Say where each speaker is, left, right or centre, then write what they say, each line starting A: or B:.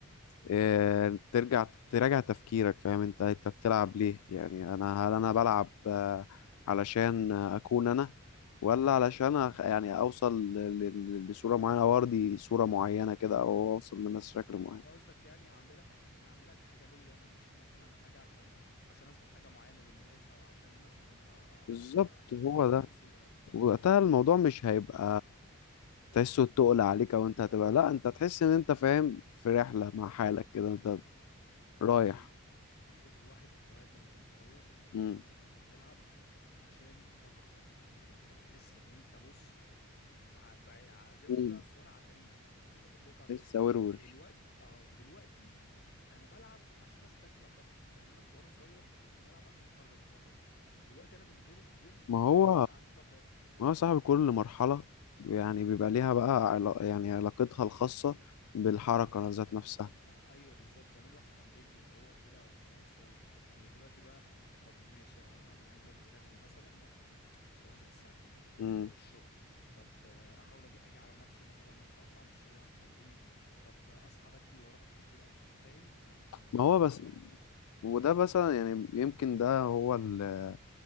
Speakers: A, on the left; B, on the left.
A: إيه، ترجع تراجع تفكيرك فاهم انت انت بتلعب ليه
B: مم.
A: يعني انا هل انا بلعب آه، علشان آه، اكون انا ولا علشان أخ- يعني اوصل ل- ل- لصورة معينة او ارضي صورة معينة
B: انت
A: كده او
B: انت
A: اوصل
B: ان-
A: للناس شكل معين
B: انت قصدك يعني اعملها عشان اعملها كحاجه ليا انا مش مثلا حاجه عشان عشان اثبت حاجه معينه للناس او عشان مثلا أ- أ-
A: بالظبط
B: أ-
A: هو
B: احط
A: ده
B: نفسي اه
A: وقتها الموضوع مش هيبقى تحسه تقل عليك او انت هتبقى لا انت تحس ان انت فاهم في رحلة مع حالك كده انت
B: يا
A: رايح
B: اخي يا اخي الواحد الواحد لما كان صغير
A: مم.
B: يعني انت كنت بتلعب عشان تفرغ طاقتك انت بتحس ان انت بص ع- ف- ع- زي ما
A: مم.
B: بيقولوا كده على الصوره عفاريت انت في طاقه جواك عايز
A: لسه
B: تفرغها
A: ورور
B: دلوقتي اهو دلوقتي انا بلعب عشان استجمع طاقتي يعني انا في وانا صغير كنت بلعب عشان افرغ الطاقه دي دلوقتي انا من غير الجيم
A: ما هو
B: ما مش بيبقى عندي طاقه اصلا فاهم
A: ما هو صاحب كل مرحلة يعني بيبقى ليها بقى علا- يعني علاقتها الخاصة بالحركة ذات نفسها
B: ما- ايوه بالظبط زمان الواحد كان بيجري اللي هو كده وخلاص اللي هو مفيش تفكير دلوقتي بقى طب ماشي آه، انا عايز انزل اجري مثلا مثلا طب انزل الساعه كام
A: مم.
B: طب الشغل طب آه، احاول اجي اجي على نفسي مثلا أخ- اطلع من الشغل على التمرين طب آه، اصحى بدري واروح التمرين قبل ش- فاهم يعني
A: ما
B: زمان
A: هو بس
B: الموضوع كان اسهل
A: وده مثلا يعني يمكن ده هو ال-